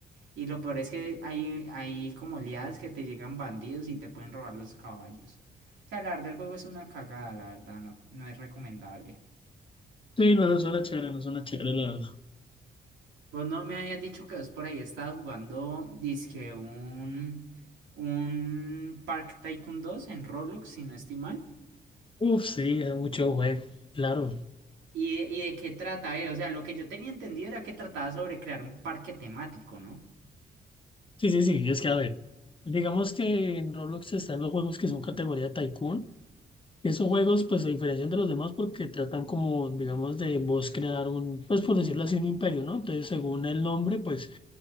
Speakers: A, on the right (about 85°); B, on the left (about 30°).
A: Y lo peor es que hay, hay como liadas que te llegan bandidos y te pueden robar los caballos. O sea, la verdad, el juego es una cagada, la verdad, no, no es recomendable.
B: Sí, no, no suena chévere, no suena chévere, la verdad.
A: Vos no me habías dicho que vos por ahí estabas jugando, dizque un, un Park Tycoon dos en Roblox, si no estoy mal.
B: Uf, sí, es mucho juego, claro.
A: ¿Y, de- y de qué trata, eh? O sea, lo que yo tenía entendido era que trataba sobre crear un parque temático, ¿no?
B: Sí, sí, sí, es que a ver, digamos que en Roblox están los juegos que son categoría Tycoon. Esos juegos, pues, se diferencian de los demás porque tratan como, digamos, de vos crear un, pues, por decirlo así, un imperio, ¿no? Entonces, según el nombre, pues,